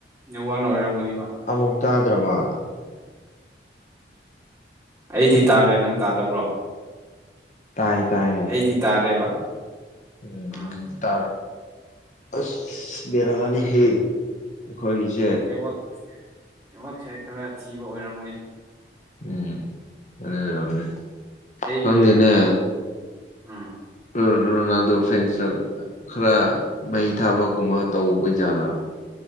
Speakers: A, on the right; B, on the left.
A: ꯅꯦꯠꯋꯥꯛꯅ ꯑꯣꯏꯔꯝꯒꯅꯦꯕ
B: ꯑꯃꯨꯛ ꯇꯥꯗ꯭ꯔꯕ
A: ꯑꯩꯗꯤ ꯇꯥꯔꯦ ꯅꯪ ꯇꯥꯗꯕ꯭ꯔꯣ
B: ꯇꯥꯏꯌꯦ ꯇꯥꯏꯌꯦ
A: <unintelligible> ꯇꯥꯔꯦꯕ
B: ꯎꯝ
A: ꯑꯥ
B: ꯇꯥꯔꯦ ꯑꯁ ꯕꯤꯔꯥꯅꯤꯍꯦ ꯑꯈꯣꯏꯁꯦ
A: ꯅꯦꯠꯋꯥꯛ ꯅꯦꯠꯋꯥꯛꯁꯦ ꯈꯔ ꯊꯤꯕ ꯑꯣꯏꯔꯝꯒꯅꯤ
B: ꯎꯝ ꯑꯗꯨ ꯑꯣꯏꯔꯝꯅꯤ
A: ꯑꯩꯒꯤ
B: ꯈꯪꯗꯦꯅꯦ
A: ꯅꯦꯠꯋꯥꯛ ꯎꯝ
B: ꯎꯝ ꯔꯣꯅꯥꯜꯗꯣ ꯐꯦꯟꯁ <unintelligible> ꯈꯔ ꯃꯩ ꯊꯥꯕꯒꯨꯝꯕ ꯇꯧꯕꯖꯥꯔꯥ